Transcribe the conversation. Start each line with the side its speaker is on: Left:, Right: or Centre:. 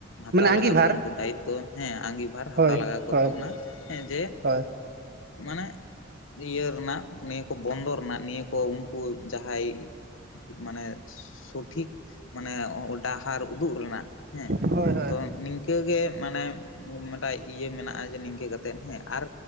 Left: ᱦᱟᱛᱟ
Right: ᱢᱟᱱᱮ ᱟᱸᱜᱤᱵᱷᱟᱨ
Left: ᱞᱟᱜᱟᱶ ᱠᱚ ᱩᱱᱠᱩ ᱫᱟᱭᱤᱛᱛᱚ ᱦᱮᱸ ᱟᱸᱜᱤᱵᱷᱟᱨ ᱦᱟᱛᱟ
Right: ᱦᱳᱭ
Left: ᱞᱟᱜᱟᱣ ᱠᱚ
Right: ᱦᱳᱭ
Left: ᱛᱟᱵᱚᱱᱟ ᱦᱮᱸ ᱡᱮ
Right: ᱦᱳᱭ
Left: ᱢᱟᱱᱮ ᱤᱭᱟᱹ ᱨᱮᱱᱟᱜ ᱱᱤᱭᱟᱹ ᱠᱚ ᱵᱚᱱᱫᱚ ᱨᱮᱱᱟᱜ ᱱᱤᱭᱟᱹ ᱠᱚ ᱩᱝᱠᱩ ᱡᱟᱦᱟᱸᱭ ᱢᱟᱱᱮ ᱥᱚᱴᱷᱤᱠ ᱢᱟᱱᱮ ᱚ ᱚ ᱰᱟᱦᱟᱨ ᱩᱫᱩᱜ ᱨᱮᱱᱟᱜ ᱦᱮᱸ
Right: ᱦᱳᱭ
Left: ᱛᱚ ᱱᱤᱝ ᱠᱟᱹ ᱜᱮ ᱢᱟᱱᱮ ᱱᱚᱝᱠᱟ ᱤᱭᱟᱹ ᱢᱮᱱᱟᱜᱼᱟ ᱡᱮ ᱱᱤᱝᱠᱟᱹ ᱠᱟᱛᱮᱜ ᱦᱮᱸ ᱟᱨ